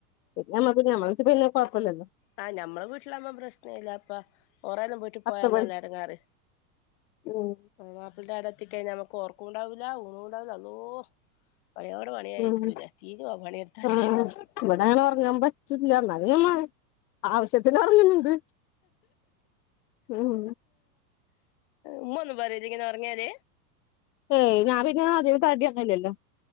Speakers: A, on the left; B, on the left.
A: പിന്നേ ഞമ്മക്ക് ഞമ്മളെ പിന്നേ കുഴപ്പില്ലല്ലോ
B: ആ, ഞമ്മ ളെവീട്ടില ആകുമ്പോപ്രശ്നം അല്ല ഇപ്പോ കുറേ വിട്ട് ഇട്ട
A: പത്ത്
B: പോയൽ
A: മണി
B: അല്ലെ ഇട ങ്ങാറ്.
A: ഉം
B: അ മാപ്പിളന്റെ അവിടെ എ ത്തിക്കഴിഞ്ഞാൽ നമുക്ക് ഉറക്കം ഉണ്ടാവു ലാ, ഊണും ഉണ്ടാവില്ല ആളുയോ. പണിയോട് പണിയായിരിക്കും
A: ഉം
B: ലേ, തിരോ പണിയെടുത്താല്.
A: ആ ഇവിടെ അങ്ങനെ ഉറങ്ങാൻ പറ്റില്ല. <unintelligible> ആവശ്യത്തിന് ഉറങ്ങാണ്ട് ഉം.
B: ഉമ്മ ഒന്നും പറയില്ലേ ഇങ്ങനെ ഉറങ്ങിയാൽ
A: ഏയ് ഞാ പിന്നെ അധികം തടി ഒന്നുമില്ലലോ.